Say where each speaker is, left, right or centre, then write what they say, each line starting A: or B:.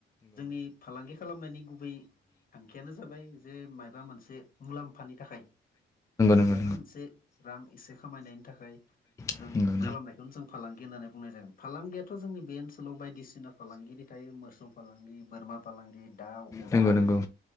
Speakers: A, on the left; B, on the left.
A: जोंनि फालांगि खालामनायनि गुबै थांखियानो जाबाय जे माबा मोनसे मुलामफानि थाखाय
B: नंगौ
A: मायबा
B: नंगौ
A: मोनसे रां एसे खामायनायनि थाखाय जों
B: नंगौ
A: खालामनायखौनो जों फालांगि होननानै बुंनाय जागोन फालांगियाथ' जोंनि बे ओनसोलाव बायदिसिना फालांगिरि थायो मोसौ फालांगि बोरमा फालांगि दाउ अमा
B: दाउ